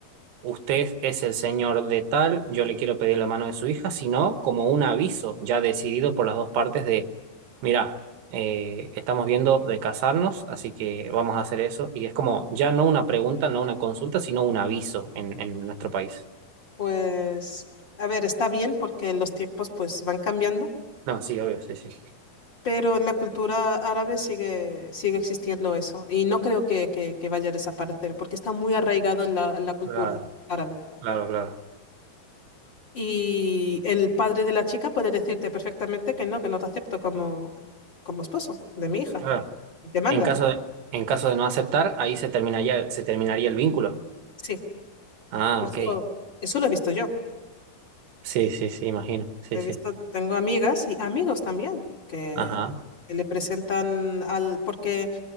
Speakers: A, on the right; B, on the left.
A: usted es el señor de tal, yo le quiero pedir la mano de su hija, sino como un aviso ya decidido por las dos partes de, mira, eh, estamos viendo de casarnos, así que vamos a hacer eso. Y es como ya no una pregunta, no una consulta, sino un aviso en, en nuestro país.
B: Pues, a ver, está bien porque los tiempos pues van cambiando,
A: No, sí, obvio, sí, sí.
B: pero en la cultura árabe sigue, sigue existiendo eso. Y no creo que, que, que vaya a desaparecer porque está muy arraigado en la, en la cultura
A: Claro,
B: árabe.
A: claro, claro,
B: Y el padre de la chica puede decirte perfectamente que no, que no te acepto como, como esposo de mi hija
A: claro.
B: y y te manda.
A: En caso de, en caso de no aceptar, ahí se terminaría, se terminaría el vínculo.
B: Sí,
A: Ah,
B: eso,
A: ok.
B: eso lo he visto yo.
A: Sí, sí, sí, imagino. Sí,
B: He
A: sí.
B: visto, tengo amigas y amigos también que
A: Ajá.
B: le presentan al, porque